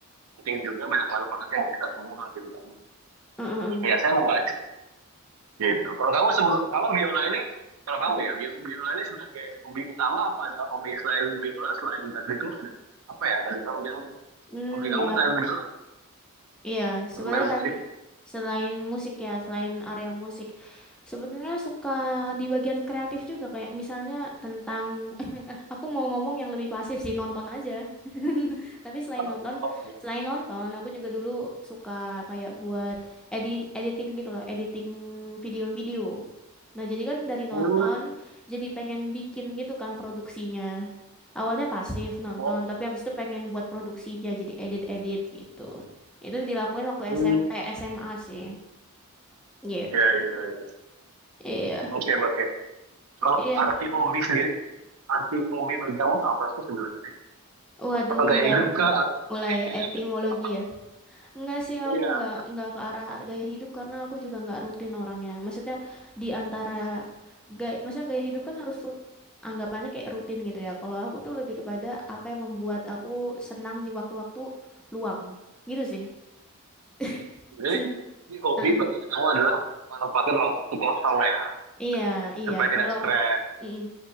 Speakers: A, on the right; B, in the centre.
A: penting juga banyak manfaatnya buat kita semua gitu kan.
B: Heeh.
A: Ya saya membaca Gitu. Kalau kamu sebelum kalau biola ini kalau kamu
B: Heeh.
A: ya bio- biola ini sebagai hobi utama apa ada hobi selain biola selain tadi itu ada apa ya tadi kamu bilang
B: Hmm,
A: hobi kamu
B: ya.
A: selain biola
B: Iya, sebenarnya
A: bermain musik
B: tadi selain musik ya, selain area musik, sebenarnya suka di bagian kreatif juga kayak misalnya tentang Aku mau ngomong yang lebih pasif sih nonton aja. <laughs> Tapi selain
A: apa nonton
B: nonton, selain nonton, aku juga dulu suka kayak buat edit editing gitu loh, editing video-video. Nah, jadi kan dari
A: hmm.
B: nonton jadi pengen bikin gitu kan produksinya. Awalnya pasif nonton,
A: oh,
B: tapi
A: keren.
B: habis itu pengen buat produksinya jadi edit-edit gitu. Itu dilakuin waktu
A: hmm.
B: SMP, SMA sih. Gitu.
A: ya ya ya
B: Iya.
A: oke oke kalau
B: Iya.
A: arti hobi sendiri arti hobi bagi kamu itu apa sih sebenarnya
B: Waduh,
A: apa gaya
B: udah
A: hidup kah atau
B: mulai
A: lebih kayak
B: etimologi
A: apa
B: ya. Enggak sih, aku
A: iya
B: nggak nggak ke arah gaya hidup karena aku juga nggak rutin orangnya. Maksudnya di antara gaya, maksudnya gaya hidup kan harus rut, anggapannya kayak rutin gitu ya. Kalau aku tuh lebih kepada apa yang membuat aku senang di waktu-waktu luang. Gitu sih. <laughs>
A: jadi
B: Sen
A: ini hobi
B: Heeh.
A: bagi kamu adalah manfaatkan waktu kosong ya
B: Iya, iya.
A: supaya tidak
B: Kalau
A: stres
B: mm.